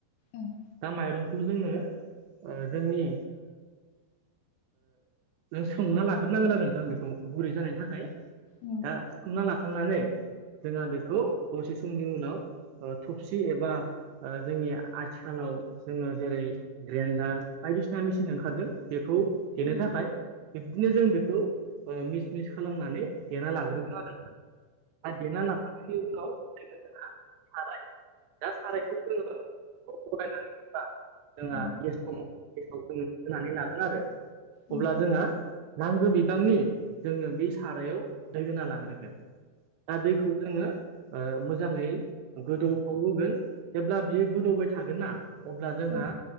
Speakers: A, on the left (about 80°); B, on the right (about 80°).
A: उम उम
B: दा माइरंखौ जोंङो जोंनि सौना लाग नांगोन आरो नोंथां बेखौ गुरै जानायनि थाखाय
A: उम
B: दा सोमना लाखांनानै जोंहा बेखौ दसे समनि उनाव थबसि एबा जोंनि आथिखालाव जोंङो जेरै ग्रेन्डार बायदिसिना मेचिन ओंखारदों बेखौ देनो
A: उम
B: थाखाय। बिदिनो जों बेखौ मिस मिस खालामनानै देना लाग्रोगोन आरो नोंथां। आरो देना लाखांनायनि उनाव <unintelligible> दा सारायखौ जोंङो अर लगायनानै <unintelligible> जोंहा
A: उम
B: गेस दङ गेसआव जोंङो होनानै लागोन आरो
A: उम
B: अब्ला जोंहा नांगौ बिबांनि जोंङो बे सारायाव दैहोना लाग्रोगोन। दा दैखौ जोंङो मोजांङै गोदौफाव होगोन। जेब्ला बियो गोदौबाय थागोन ना अब्ला जोंहा
A: उम